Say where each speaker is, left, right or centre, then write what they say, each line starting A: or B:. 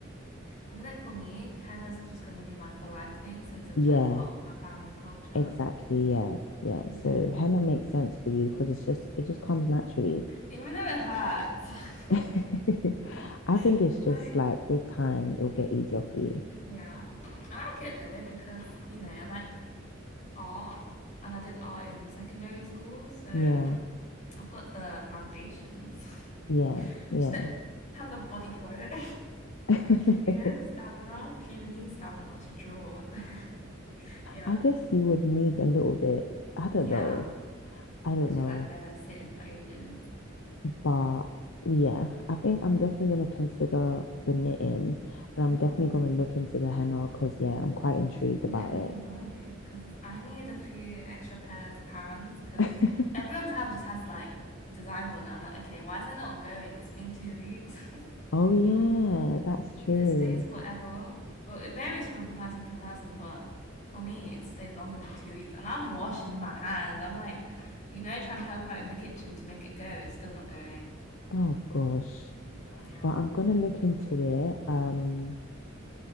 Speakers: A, on the left; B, on the left.
A: I feel like for me, henna's just gonna be my for life thing since it's
B: Yeah,
A: like part of my family's culture.
B: exactly. Yeah. Yeah.
A: You
B: So
A: know,
B: henna makes sense for you because it's just, it just comes naturally.
A: even though it hurts,
B: <laughs> I think
A: <laughs>
B: it's
A: like
B: just like with time, it'll get easier for you.
A: yeah, I like it though because you know I like art and I did art in secondary school, so
B: Yeah.
A: I've got the foundations. <laughs>
B: Yeah. Yeah.
A: Just didn't have the body for it.
B: <laughs>
A: <laughs> you know, the stamina. If you even need stamina to draw, what the <laughs> Yeah.
B: I guess you would need a little bit. I don't
A: Yeah,
B: know. I don't
A: because
B: know.
A: you're like there sitting for ages.
B: But yeah, I think I'm definitely going to consider the knitting and
A: Mm,
B: I'm definitely going to look into the henna because, yeah, I'm quite intrigued
A: let
B: about
A: me
B: it.
A: know, because I need a few extra pairs of hands, because
B: <laughs>
A: everyone's hand just has like designs on it. I'm like, okay, why is it not going? It's been two weeks. <laughs>
B: Oh, yeah, that's true.
A: It stays forever. Well, it varies from person to person, but for me, it stayed longer than two weeks. And I'm washing my hands. I'm like, you know, trying to help out in the kitchen to make it go. It's still not going.
B: Oh, gosh.
A: Yeah.
B: But I'm going to look into it. Um,